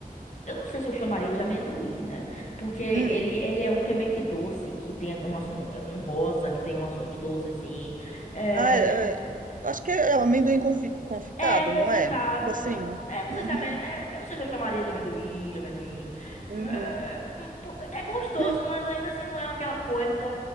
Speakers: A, on the left; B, on the right.
A: eu não sei se eu chamaria de amendoim, né? Porque ele,
B: Hum.
A: ele é um que é meio que doce, que tem um, aç- um um rosa, que tem umas- uns doces assim. É,
B: Ah, é, é, acho que é amendoim confi- confitado,
A: é confitado.
B: não é? Tipo assim.
A: só- é, não
B: Uhum,
A: sei se amen- é, eu não sei se eu chamaria de amendoim, amendoim.
B: uhum.
A: É, pô, é gostoso,
B: <laughs>
A: mas ainda assim não é aquela coisa.